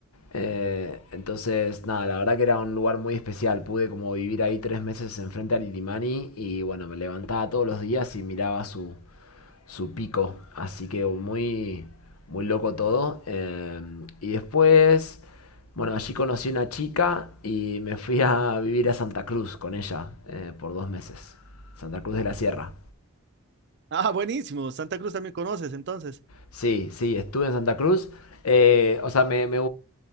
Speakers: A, on the left (about 80°); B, on the right (about 50°).
A: Eh, entonces, nada, la verdad que era un lugar muy especial. Pude como vivir ahí tres meses enfrente a Lilimani y, bueno, me levantaba todos los días y miraba su, su pico. Así que muy, muy loco todo. Eh, y después, bueno, allí conocí una chica y me fui a vivir a Santa Cruz con ella eh, por dos meses. Santa Cruz de la Sierra.
B: Ah, buenísimo. Santa Cruz también conoces, entonces.
A: Sí, sí, estuve en Santa Cruz. Eh, o sea, me, me,